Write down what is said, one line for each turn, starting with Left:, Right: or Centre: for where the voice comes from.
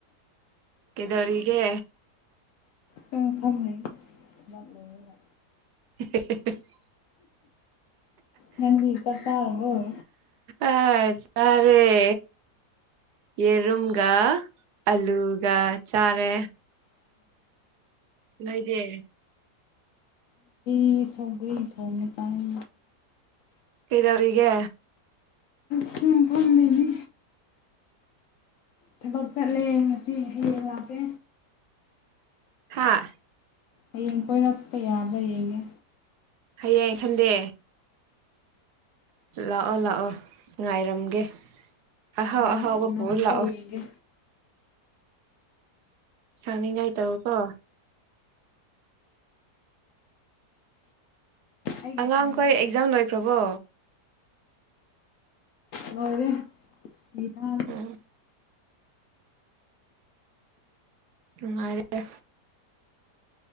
Right: ꯀꯗꯧꯔꯤꯒꯦ
Left: ꯁ ꯐꯝꯩ ꯝꯂꯣꯏꯣꯏ ꯑꯗꯨ
Right: <unintelligible>
Left: ꯃꯗꯤ ꯆꯠꯇ ꯑꯣꯏ
Right: ꯑ ꯆꯥꯔꯦ ꯌꯦꯔꯨꯝꯒ ꯑꯂꯨꯒ ꯆꯥꯔꯦ ꯅ ꯏꯗꯦ
Left: ꯑꯩ ꯁꯒꯔꯤ ꯊꯣꯡꯃꯦ ꯆꯥꯏ
Right: ꯀꯩꯗꯔꯤꯒ
Left: ꯁꯨꯝꯄꯩꯒꯤ ꯊꯕꯛ ꯆꯠꯂꯦ ꯉꯁꯤ ꯍꯌꯦꯡ ꯂꯥꯛꯀꯦ
Right: ꯍꯥꯥ
Left: ꯍꯌꯦꯡ ꯀꯣꯏꯔꯛꯄ ꯌꯥꯕ꯭ꯔꯥ ꯌꯦꯡꯉꯦ
Right: ꯍꯌꯦꯡ ꯁꯟꯗꯦ ꯂꯥꯛꯑꯣ ꯂꯥꯛꯑꯣ ꯉꯥꯏꯔꯝꯒꯦ ꯑꯍꯥꯎ
Left: ꯅꯪ
Right: ꯑꯍꯥꯎ ꯋꯥꯕꯄ
Left: ꯅꯪꯕ꯭ꯔꯥ
Right: ꯂꯥꯛꯑꯣ
Left: ꯌꯦꯡꯒꯦ
Right: ꯁꯅꯤꯡ ꯉꯥꯏ ꯇꯕ ꯀꯣ
Left: ꯑꯩꯒꯤ
Right: ꯑꯉꯥꯡꯈꯣꯏ
Left: ꯐꯣꯟꯗꯣ
Right: ꯑꯦꯛꯖꯥꯝ ꯂꯣꯏꯈ꯭ꯔꯕꯣ
Left: ꯂꯅꯨꯡꯣꯏꯅꯦ ꯏꯗꯥꯡ
Right: ꯎꯝ ꯎꯉꯔ